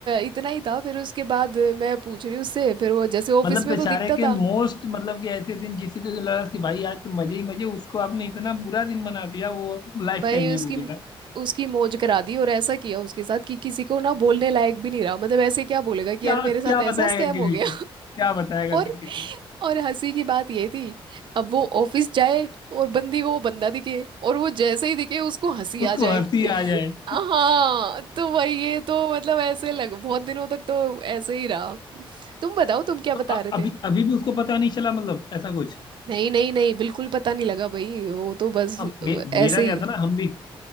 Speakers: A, on the right; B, on the left.
A: इतना ही था फिर उसके बाद मैं पूछ रही हूँ उससे फिर वो जैसे ऑफिस
B: मतलब बेचारे
A: में तो दिखता
B: के
A: था
B: मोस्ट मतलब कि ऐसे दिन जिससे तो लगा कि भाई आज तो मजे ही मजे उसको आपने इतना बुरा दिन बना दिया वो लाइफ
A: भाई
B: टाइम नहीं
A: उसकी
B: भूलेगा
A: उसकी मौज करा दी और ऐसा किया उसके साथ कि किसी को ना बोलने लायक भी नहीं रहा मतलब ऐसे क्या बोलेगा कि
B: क्या
A: यार
B: क्या
A: मेरे साथ ऐसा
B: बताएगा
A: स्कैम
B: किसी
A: हो गया
B: को क्या बताएगा किसी
A: और
B: को
A: और हंसी की बात ये थी अब वो ऑफिस जाए और बंदी को वो बंदा दिखे और वो जैसे ही दिखे उसको हंसी आ
B: उसको
A: जाए
B: हंसी आ जाए
A: हाँ
B: <laughs>
A: तो वही ये तो मतलब ऐसे लग बहुत दिनों तक तो ऐसे ही रहा तुम बताओ तुम क्या
B: तो अ-
A: बता रहे
B: अभी
A: थे
B: अभी भी उसको पता नहीं चला मतलब ऐसा कुछ
A: नहीं नहीं नहीं बिल्कुल पता नहीं लगा भाई वो तो बस
B: हम मे,
A: अ,
B: मेरा
A: ऐसे
B: क्या
A: ही
B: था ना हम भी